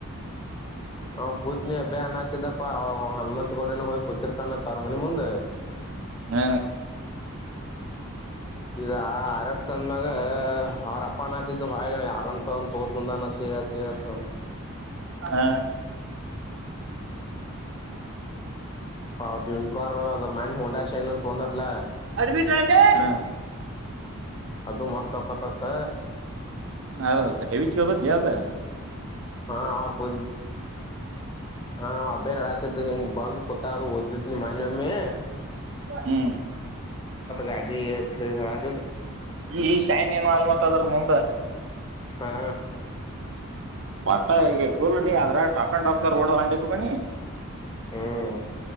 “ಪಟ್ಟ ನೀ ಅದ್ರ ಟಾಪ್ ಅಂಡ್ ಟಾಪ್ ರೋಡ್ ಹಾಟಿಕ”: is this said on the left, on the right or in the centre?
Right